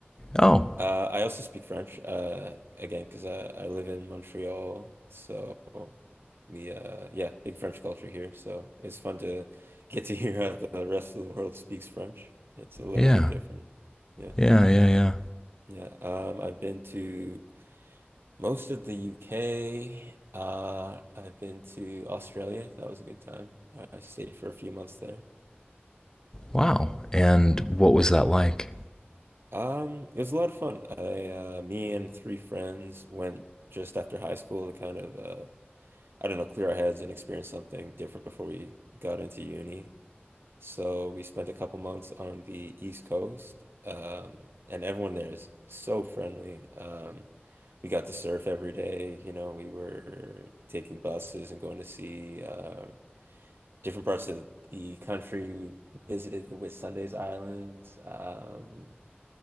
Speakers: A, on the left (about 15°); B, on the right (about 65°).
A: Oh,
B: Uh, I also speak French, uh, again, because I, I live in Montreal, so we uh yeah, big French culture here. So it's fun to get to hear how the rest of the world speaks French. It's a little
A: yeah,
B: bit different. Yeah.
A: yeah, yeah, yeah.
B: Yeah. Um, I've been to most of the UK. Uh, I've been to Australia. That was a good time. I stayed for a few months there.
A: Wow. And what was that like?
B: Um, it was a lot of fun. I uh me and three friends went just after high school to kind of uh I don't know, clear our heads and experience something different before we got into uni. So we spent a couple months on the East Coast, um, and everyone there is so friendly. Um, we got to surf every day. You know, we were taking buses and going to see uh, different parts of the country. We visited the Whitsundays Islands. Um,